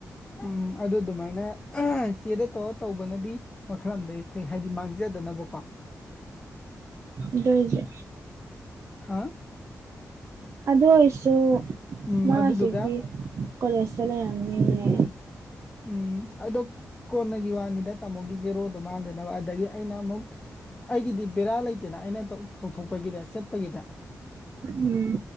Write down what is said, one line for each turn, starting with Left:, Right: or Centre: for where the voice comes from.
Left: ꯎꯝ ꯑꯗꯨ ꯑꯗꯨꯃꯥꯏꯅ ꯆꯦꯗ ꯇꯧ__ ꯇꯧꯕꯅꯗꯤ ꯃꯈꯜꯂꯝꯗꯩ ꯐꯩ ꯍꯥꯏꯗꯤ ꯃꯥꯡꯖꯗꯅꯕꯀꯣ
Right: ꯑꯗꯨꯑꯣꯏꯖꯨ
Left: ꯍꯥꯥ
Right: ꯑꯗꯨ ꯑꯣꯏꯔꯁꯨ
Left: ꯎꯝ
Right: ꯃꯥ
Left: ꯑꯗꯨꯗꯨꯒ
Right: ꯍꯧꯖꯤꯛꯇꯤ ꯀꯣꯂꯦꯁꯇ ꯂꯩꯔꯝꯅꯤꯌꯦ
Left: ꯎꯝ ꯑꯗꯣ ꯀꯣꯟꯅꯒꯤ ꯋꯥꯅꯤꯗ ꯇꯥꯃꯣꯒꯤ ꯖꯦꯔꯣꯗꯣ ꯃꯥꯡꯗꯅꯕ ꯑꯗꯒꯤ ꯑꯩꯅ ꯑꯃꯨꯛ__ ꯑꯩꯒꯤꯗꯤ ꯕꯦꯔꯥ ꯂꯩꯇꯦꯅ ꯑꯩꯅ ꯇꯧꯊꯣꯛꯄꯒꯤꯗ ꯁꯦꯠꯄꯒꯤꯗ
Right: ꯎꯝ